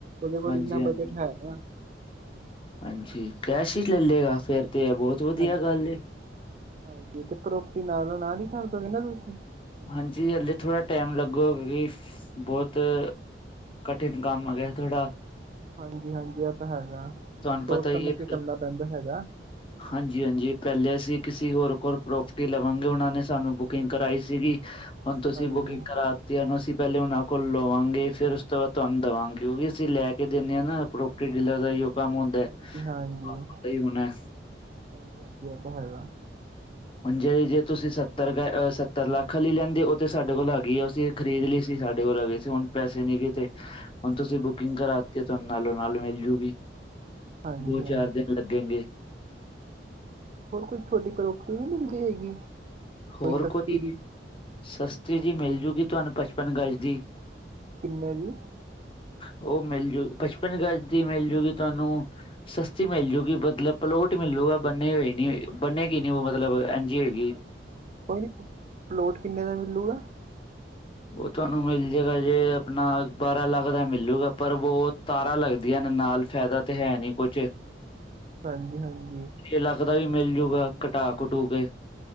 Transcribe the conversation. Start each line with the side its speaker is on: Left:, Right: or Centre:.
Right: ਉਹਦੇ ਕੋਲ
Left: ਹਾਂਜੀ
Right: ਇੰਨਾ
Left: ਹਾਂਜੀ
Right: ਬਜਟ ਹੈਗਾ
Left: ਹਾਂਜੀ ਕੈਸ਼ ਹੀ ਲੈਏਗਾ ਫੇਰ ਤੇ ਬਹੁਤ ਵਧੀਆ
Right: ਹਾਂਜੀ
Left: ਗੱਲ ਏ
Right: ਹਾਂਜੀ ਤੇ ਪ੍ਰੋਪਰਟੀ ਨਾਲੋਂ ਨਾਲ ਹੀ ਕਰ ਦੋਗੇ ਨਾ ਤੁਸੀਂ
Left: ਹਾਂਜੀ ਹਲੇੇ ਥੋੜ੍ਹਾ ਟਾਈਮ ਲੱਗੋ ਕਿਉਂਕਿ ਬਹੁਤ ਕਠਿਨ ਕੰਮ ਹੈ ਗਿਆ ਥੋੜ੍ਹਾ
Right: ਹਾਂਜੀ ਹਾਂਜੀ ਇਹ ਤਾਂ ਹੈਗਾ
Left: ਤੁਹਾਨੂੰ
Right: ਸੋਚ
Left: ਪਤਾ ਹੀ
Right: ਸਮਜ
Left: ਹੈ
Right: ਕੇ ਕਰਨਾ
Left: ਫਿਰ
Right: ਪੈਂਦਾ ਹੈਗਾ
Left: ਹਾਂਜੀ ਹਾਂਜੀ ਪਹਿਲੇ ਅਸੀਂ ਕਿਸੇ ਹੋਰ ਕੋਲ ਪ੍ਰੋਪਰਟੀ ਲਵਾਂਗੇ ਉਹਨਾਂ ਨੇ ਸਾਨੂੰ ਬੁਕਿੰਗ ਕਰਾਈ ਸੀਗੀ ਹੁਣ ਤੁਸੀ
Right: ਹਾਂਜੀ
Left: ਬੁਕਿੰਗ ਕਰਾ ਤੇ ਐਨਉਸੀ ਪਹਿਲੇ ਉਹਨਾਂ ਕੋਲ ਲਵਾਂਗੇ ਫੇਰ ਉਸ ਤੋਂ ਬਾਅਦ ਤੁਹਾਨੂੰ ਦੇਵਾਂਗੇ ਕਿਉਂਕਿ ਅਸੀਂ ਲੈ ਕੇ ਦਿੰਦੇ ਹਾਂ ਨਾੋ ਡੀਲਰ ਦਾ ਹੀ ਉਹ ਕੰਮ ਹੁੰਦਾ ਹੈ
Right: ਹਾਂਜੀ
Left: ਤੁਹਾਨੂੰ
Right: ਹਾਂਜੀ ਹਾਂਜੀ
Left: ਪਤਾ ਹੀ ਹਣਾ
Right: ਹਾਂਜੀ ਹਾਂਜੀ ਇਹਤਾ ਹੈਗਾ
Left: ਹੁਣ ਜੇੇ ਜੇ ਤੁਸੀਂ ਸੱਤਰ ਸੱਤਰ ਲੱਖ ਖੱਲ ਲੈਂਦੇ ਹੋ ਉਹ ਤੇ ਸਾਡੇ ਕੋਲ ਹੈਗੀ ਏ ਅਸੀ ਖਰੀਦ ਲਈ ਸੀ ਸਾਡੇ ਕੋਲ ਆ ਗਏ ਸੀ ਹੁਣ ਪੈਸੇ ਨੀ ਕਿਸਤੇ ਹੁਣ ਤੁਸੀਂ ਬੁਕਿੰਗ
Right: ਹਾਂਜੀ
Left: ਕਰਾਤੀ ਤੁਹਾਨੂੰ ਨਾਲੋਂ ਨਾਲੋਂ ਮਿਲਜੂਗੀ
Right: ਹਾਂਜੀ
Left: ਦੋ
Right: ਹਾਂਜੀ
Left: ਚਾਰ ਦਿਨ ਲੱਗੇਗੇ
Right: ਹੋਰ ਕੋਈ ਛੋਟੀ ਪ੍ਰੋਪਰਟੀ ਨਹੀਂ ਮਿਲਦੀ ਹੈਗੀ
Left: ਹੋਰ
Right: ਸਸਤੀ
Left: ਕੋਈ
Right: ਦੀ
Left: ਸਸ੍ਰਰੀ ਜੀ ਮਿਲਜੂਗੀ ਤੁਹਾਨੂੰ ਪਚਪਨ ਗਜ ਦੀ
Right: ਕਿੰਨੇ ਦੀ
Left: ਉਹ ਮਿਲ ਜੂਗੀ ਪਚਪਨ ਗਜ਼ ਦੀ ਮਿਲਜੂਗੀ ਤੁਹਾਨੂੰ ਸਸਤੀ ਮਿਲ ਜੂਗੀ ਮਤਲਬ ਪਲੋਟ ਮਿਲੂਗਾ ਬੇ ਹੋ ਹੀ ਨਹੀਂ ਬਨੇਗੀ ਨਹੀਂ ਮਤਲਬ ਜੀ ਜੀ
Right: ਹਾਂਜੀ ਕੋਈ ਨੀ ਪਲੋਟ ਕਿੰਨੇ ਦਾ ਮਿਲੂਗਾ
Left: ਉਹ ਤੁਹਾਨੂੰ ਮਿਲ ਜਏਗਾ ਜੇ ਆਪਣਾ ਬਾਰਾਂ ਲੱਖ ਦਾ ਮਿਲੂਗਾ ਪਰ ਬਹੁ ਤਾਰਾਂ ਲੱਗਦੀਆਂ ਨੇ ਨਾਲ ਫਾਇਦਾ ਤਾਂ ਹੈ ਨੀ ਕੁਝ
Right: ਹਾਂਜੀ ਹਾਂਜੀ
Left: ਛੇ ਲੱਖ ਦਾ ਵੀ ਮਿਲ ਜੂਗਾ ਘਟਾ ਘਟੂ ਕੇ